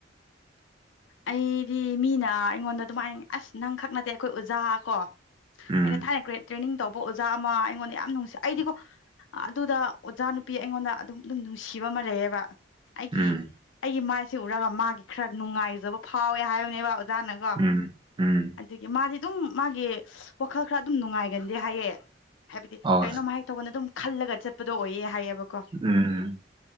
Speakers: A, on the left; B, on the right.
A: ꯑꯩꯗꯤ ꯃꯤꯅ ꯑꯩꯉꯣꯟꯗ ꯑꯗꯨꯃꯥꯏꯅ ꯑꯁ ꯅꯪ ꯈꯛ ꯅꯠꯇꯦ ꯑꯩꯈꯣꯏ ꯑꯣꯖꯥ ꯀꯣ
B: ꯎꯝ
A: ꯑꯩꯅ ꯊꯥꯏꯅ ꯒ꯭ꯔꯦꯠ ꯇ꯭ꯔꯦꯅꯤꯡ ꯇꯧꯕ ꯑꯣꯖꯥ ꯑꯃ ꯑꯩꯉꯣꯟꯗ ꯌꯥꯝ ꯅꯨꯡꯁꯤ ꯑꯩꯗꯤꯀꯣ ꯑꯗꯨꯗ ꯑꯣꯖꯥ ꯅꯨꯄꯤ ꯑꯩꯉꯣꯟꯗ ꯑꯗꯨꯝ ꯗꯨꯝ ꯅꯨꯡꯁꯤꯕ ꯑꯃ ꯂꯩꯌꯦꯕ ꯑꯩꯒꯤ
B: ꯎꯝ
A: ꯑꯩꯒꯤ ꯃꯥꯏꯁꯦ ꯎꯔꯒ ꯃꯥꯒꯤ ꯈꯔ ꯅꯨꯡꯉꯥꯏꯖꯕ ꯐꯥꯎꯋꯦ ꯍꯥꯏꯕꯅꯦꯕ ꯖꯥꯅꯀꯣ
B: ꯎꯝ ꯎꯝ
A: ꯗꯒꯤ ꯃꯥꯗꯤ ꯑꯗꯨꯝ ꯃꯥꯒꯤ ꯋꯥꯈꯜ ꯈꯔ ꯑꯗꯨꯝ ꯅꯨꯡꯉꯥꯏꯒꯟꯗꯦ ꯍꯥꯏꯌꯦ ꯍꯥꯏꯕꯗꯤ
B: ꯍꯣꯏ
A: ꯀꯩꯅꯣꯝ ꯍꯥꯏ ꯇꯧꯕꯅꯦ ꯑꯗꯨꯝ ꯈꯜꯂꯒ ꯆꯠꯄꯗꯣ ꯑꯣꯏꯌꯦ ꯍꯥꯏꯌꯦꯕ ꯀꯣ
B: ꯎꯝ